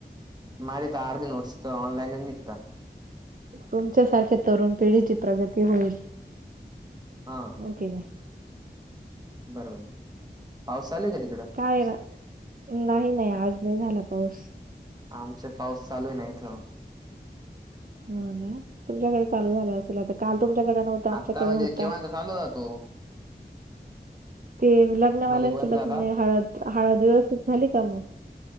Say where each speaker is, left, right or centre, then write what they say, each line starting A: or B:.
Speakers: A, on the right (about 20°); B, on the right (about 50°).
A: माझ तार दि नोटस तर ऑलाईन निघता
B: तुमच्यासारख्या तरुण पिढीची प्रगती होईल.
A: हा.
B: ओके.
A: बरोबर पाऊस चालूय का तिकडं?
B: काय नाही नाही आज नाही झाला पाऊस.
A: आमचा पाऊस चालूय ना इथं
B: हो ना तुमच्याकडे चालू झालं असेल आता काल तुमच्याकडे नव्हत आमच्याकड
A: आता म्हणजे
B: होता.
A: केव्हांत चालू होता तो
B: ते लग्नावाल्यांचं
A: मध्ये बंद
B: लग्न
A: झाला
B: हळद हळद व्यवस्थित झाली का मग?